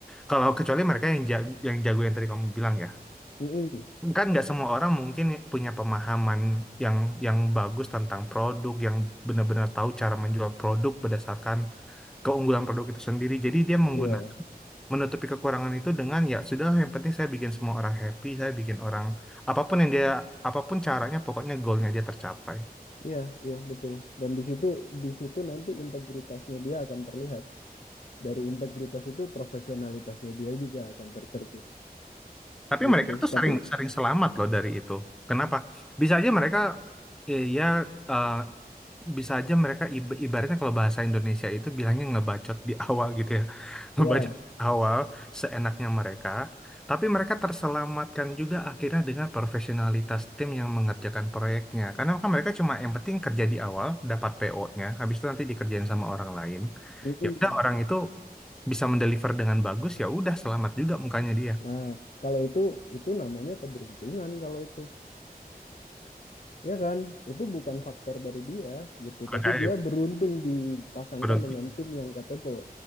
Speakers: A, in the centre; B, on the left.
A: kalau kecuali mereka yang jago, yang jago yang tadi kamu bilang ya
B: mm-mm.
A: kan nggak semua orang mungkin punya pemahaman yang yang bagus tentang produk yang benar-benar tahu cara menjual produk berdasarkan keunggulan produk itu sendiri jadi dia menggunakan
B: Iya.
A: menutupi kekurangan itu dengan ya sudah yang penting saya bikin semua orang happy saya bikin orang apapun yang dia apapun caranya pokoknya goalnya dia tercapai
B: Iya, iya betul. Dan di situ di situ nanti integritasnya dia akan terlihat. Dari integritas itu profesionalitasnya dia juga akan tercermin
A: Tapi
B: gitu.
A: mereka tuh
B: Tapi
A: sering sering selamat loh dari itu. Kenapa? Bisa aja mereka ya, ya, eh, bisa aja mereka ib- ibaratnya kalau bahasa Indonesia itu bilangnya ngebacot di awal gitu ya. <laughs> Ngebacot
B: ya,
A: di awal seenaknya mereka, tapi mereka terselamatkan juga akhirnya dengan profesionalitas tim yang mengerjakan proyeknya. Karena kan mereka cuma yang penting kerja di awal, dapat PO-nya, habis itu nanti dikerjain sama orang lain.
B: mm-mm.
A: Ya udah orang itu bisa mendeliver dengan bagus, ya udah selamat juga mukanya dia.
B: Nah, kalau itu itu namanya keberuntungan kalau itu. Ya kan? Itu bukan faktor dari dia gitu, tapi
A: Makanya
B: dia beruntung dipasangkan
A: udah
B: dengan tim yang capable,